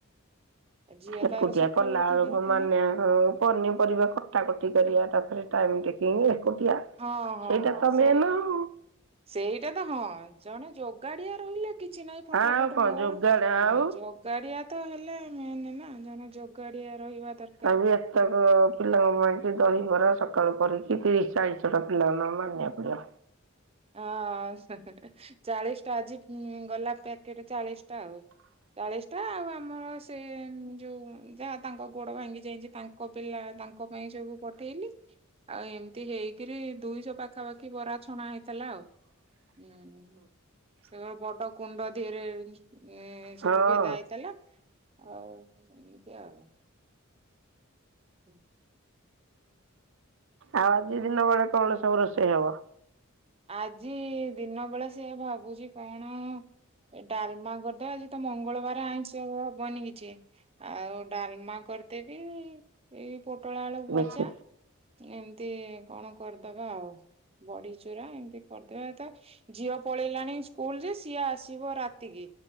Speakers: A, on the right; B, on the right.
A: ଝିଅ
B: ଏକୁଟିଆ
A: ତାର ସକାଳୁ
B: କଲା
A: ଉଠିକିରି
B: ଆଳକୁ
A: କଣ
B: ମାନେଆକୁ ପନିପରିବା କଟା କଟି କରିବା ତାପରେ ଟାଇମ ଟେ ଏଇ ଏକୁଟିଆ
A: ହଁ ହଁ।
B: ସେଇଟା ତ
A: ସେଇ
B: ମେନ-
A: ସେଇଟା ତ ହଁ ଜଣେ ଯୋଗାଡିଆ ରହିଲେ କିଛି ନାହିଁ ଫଟାଫଟ
B: ଆଉ କଣ
A: ମୋର
B: ଯୋଗାଡ଼ ଆଉ
A: ଯୋ ଗାଡିଆ ତ ହେଲେ ମେନ ନା ଜଣେ ଯୋଗାଡିଆ ରହିବା ଦରକା
B: ଆଉ ବି ଏତକ ପିଲାଙ୍କ ପାଇଁ ଦହିବରା ସକାଳୁ କରିକି ତିରିଶ ଚାଳିଶ ଜଣଙ୍କ ପିଲାଙ୍କ ନ ମାନିଆକୁ ପଡିବ।
A: ହଁ ଚାଳିଶ ଟା ଆଜି ଗଲା ପ୍ୟାକେଟ ଚାଳିଶ ଟା ଆଉ। ଚାଳିଶ ଟା ଆଉ ଆମର ସେ ଯୋଉ ଯାହା ତାଙ୍କ ଗୋଡ ଭାଙ୍ଗି ଯାଇଛି ତାଙ୍କ ପିଲା ତା ତାଙ୍କ ପାଇଁ ସବୁ ପଠେଇଲି ଆଉ ଏମିତି ହେଇକିରି ଦୁଇଶହ ପାଖାପାଖି ବରା ଛଣା ହେଇ ଥିଲା ଆଉ। ହୁଁ ସେ ବଡ କୁଣ୍ଡ ଧିଏରେ ଉଁ ସବୁ
B: ହଁ
A: ଭେଦା
B: ହୁଁ।
A: ହେଇଥିଲା ଆଉ ଏମିତି ଆଉ। ହୁଁ।
B: ଆଉ ଆଜି ଦିନ ବେଳେ କଣ ସବୁ ରୋଷେଇ ହବ?
A: ଆଜି ଦିନ ବେଳେ ସେଆ ଭାବୁଛି କଣ ଏ ଡାଲମା କରିଦେବା ଆଜି ତ ମଙ୍ଗଳବାର ଆଇଁଷି ହବନି କିଛି। ଆଉ ଡାଲମା କରିଦେବି ଏଇ ପୋଟଳ ଆଳୁ
B: ମିଶି
A: ଭଜା। ଏମତି କଣ କରିଦବା ଆଉ ବଢି ଚୁରା ଏମିତି କରିଦେବା ତ ଝିଅ ପଳେଇଲାଣି ସ୍କୁଲ ଯେ ସିଏ ଆସିବ ରାତିକି।